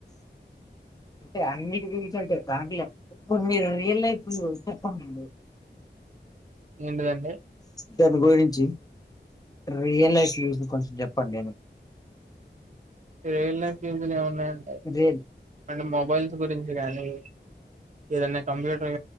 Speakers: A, on the left; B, on the right.
A: అంటే అన్నిటి గురించి అంటే దాంట్లో కొన్ని రియల్ లైఫ్లు చెప్పన్నారు
B: ఏంటిదండి
A: దాని గురించి రియల్ లైఫ్ యూస్ ని కొంచెం చెప్పండి అనీ
B: రియల్ లైఫ్ ఫీజులు ఏమున్నాయండి
A: రియల్
B: అంటే మొబైల్స్ గురించి కానీ ఏదైనా కంప్యూటర్